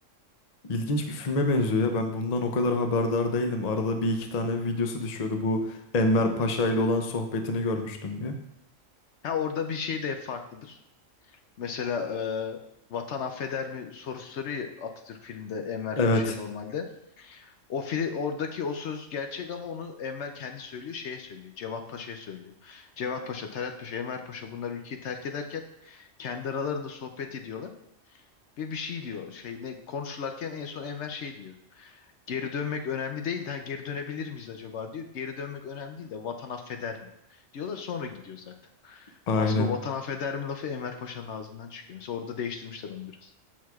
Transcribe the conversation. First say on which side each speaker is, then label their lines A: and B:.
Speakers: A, on the left; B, on the left.
A: İlginç bir filme benziyor
B: Hı,
A: ya. Ben
B: hı,
A: bundan o kadar haberdar değildim.
B: hı,
A: Arada
B: hı,
A: bir iki tane videosu düşüyordu. Bu Enver
B: hı, hı.
A: Paşa ile olan sohbetini görmüştüm bir.
B: Ha orada bir şey de farklıdır. Mesela e, Vatan affeder mi sorusu soruyor ya Atatürk filmde Enver
A: Evet,
B: Paşa'ya normalde. O fil oradaki o söz gerçek ama onu Enver kendi söylüyor, şeye söylüyor. Cevat Paşa'ya söylüyor. Cevat Paşa, Talat Paşa, Enver Paşa bunlar ülkeyi terk ederken kendi aralarında sohbet ediyorlar ve bir şey diyor. Şey ne konuşurlarken en son Enver şey diyor. Geri dönmek önemli değil de ha, geri dönebilir miyiz acaba diyor. Geri dönmek önemli değil de vatan affeder mi? Diyorlar sonra gidiyor zaten.
A: aynen.
B: Aslında o vatan affeder mi lafı Enver Paşa'nın ağzından çıkıyor. Mesela orada değiştirmişler onu biraz.